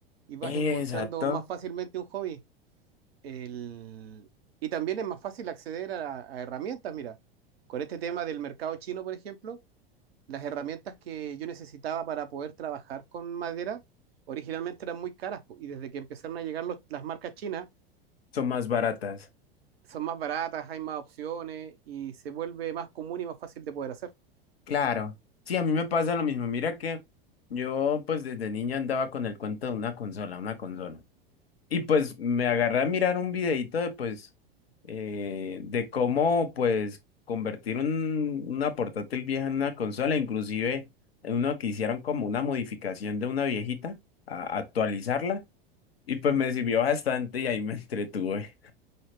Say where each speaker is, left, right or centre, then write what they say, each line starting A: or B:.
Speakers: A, on the right (about 80°); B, on the left (about 80°).
A: y vas
B: <laughs> Exacto,
A: encontrando más fácilmente un hobby. El... Y también es más fácil acceder a, a herramientas. Mira, con este tema del mercado chino, por ejemplo las herramientas que yo necesitaba para poder trabajar con madera originalmente eran muy caras po, y desde que empezaron a llegar los- las marcas chinas
B: son más baratas.
A: son más baratas, hay más opciones y se vuelve más común y más fácil de poder hacer.
B: Claro, sí, a mí me pasa lo mismo. Mira que yo pues desde niña andaba con el cuento de una consola, una consola. Y pues me agarré a mirar un videito de pues eh, de cómo pues convertir un- una portátil vieja en una consola, inclusive en uno que hicieron como una modificación de una viejita, a actualizarla. Y pues me sirvió bastante y ahí me <laughs> entretuve.